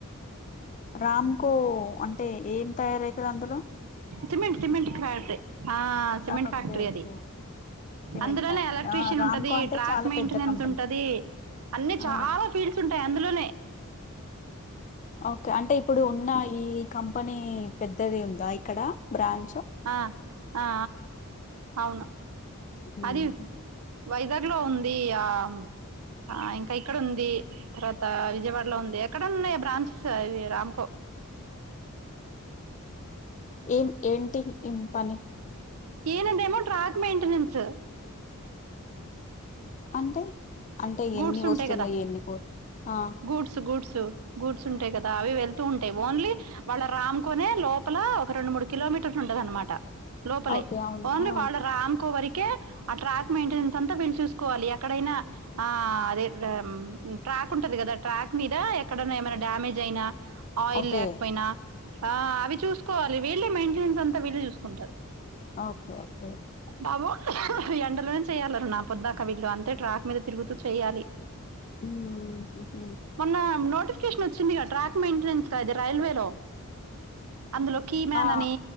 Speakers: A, on the left; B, on the right.
A: రామ్కో అంటే ఏం తయారైతది అందులో
B: సిమెంట్ సిమెంట్ ఫ్యాక్ట ఆ సిమెంట్
A: ఆ, ఓకే
B: ఫ్యాక్టరీ
A: ఓకే
B: అది
A: సిమెంట్
B: అందులోనే
A: ఫ్యాక్టరీ
B: ఎలక్ట్రీషియన్
A: ఆ రామ్కో
B: ఉంటది
A: అంటే
B: ట్రాక్
A: చాలా
B: మెయింటెనెన్స్
A: పెద్ద కంపెనీ
B: ఉంటది అన్ని
A: ఆ
B: చాలా ఫీడ్స్ ఉంటాయి అందులోనే
A: ఓకే అంటే ఇప్పుడు ఉన్న ఈ కంపెనీ పెద్దది ఉందా ఇక్కడ బ్రాంచ్
B: ఆ ఆ అవును
A: ఉమ్,
B: అది వైజాగ్ లో ఉంది ఆ ఆ ఇంకా ఇక్కడ ఉంది తర్వాత విజయవాడలో ఉంది ఎక్కడ ఉన్నాయి బ్రాంచెస్ అవి రామ్కో
A: ఏం ఏంటి ఏంటి పని
B: ఈయన ఏమో ట్రాక్ మెయింటెనెన్స్
A: అంటే అంటే
B: గూడ్స్
A: ఎన్ని వస్తున్నాయి
B: ఉంటాయి కదా
A: ఎన్ని పోతున్నాయి
B: గూడ్స్ గూడ్స్ గూడ్స్ ఉంటాయి కదా అవి వెళ్తా ఉంటాయి ఓన్లీ వాళ్ళ రామ్కోనే లోపల ఒక రెండు మూడు కిలోమీటర్స్ ఉంటది అన్న మాట లోపలే
A: ఓకే అవును
B: ఓన్లీ
A: ఆ
B: వాళ్ళ రామ్ కో వరికే ఆ ట్రాక్ మెయింటెన్స్ అంతా వీళ్ళు చూసుకోవాలి ఎక్కడైనా ఆ అదే ట్రాక్ ఉంటది కదా ట్రాక్ మీద ఎక్కడన్నా ఏమైనా డ్యామేజ్ అయినా ఆయిల్
A: ఓకే
B: లేకపోయినా ఆ అవి చూసుకోవాలి వీళ్ళే మెయింటెనెన్స్ అంతా వీళ్ళే చూసుకుంటారు
A: ఓకే ఓకే
B: బాబు ఈ ఎండలోనే చెయాలీ నా పొద్దాక వీళ్ళు అంతే ట్రాక్ మీద తిరుగుతూ చెయాలి
A: ఉమ్ ఉమ్ హా
B: మొన్న నోటిఫికేషన్ వచ్చిందిగా ట్రాక్ మెయింటెనెన్స్ అది రైల్వే లో అందులో కీ మ్యాన్
A: ఆ
B: అని